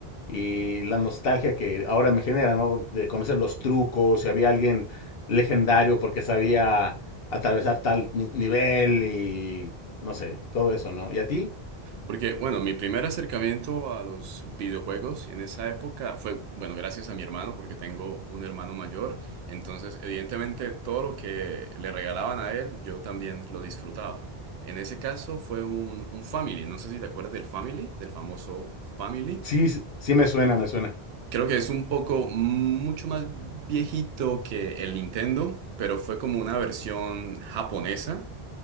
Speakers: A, on the left; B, on the right.
A: y la nostalgia que ahora me genera, ¿no? De conocer los trucos, si había alguien legendario porque sabía atravesar tal ni- nivel y no sé, todo eso, ¿no? ¿Y a ti?
B: Porque, bueno, mi primer acercamiento a los videojuegos en esa época fue, bueno, gracias a mi hermano, porque tengo un hermano mayor. Entonces, evidentemente, todo lo que le regalaban a él, yo también lo disfrutaba. En ese caso fue un, un Family. No sé si te acuerdas del Family, del famoso Family.
A: Sí, sí sí me suena, me suena.
B: Creo que es un poco mucho más viejito que el Nintendo, pero fue como una versión japonesa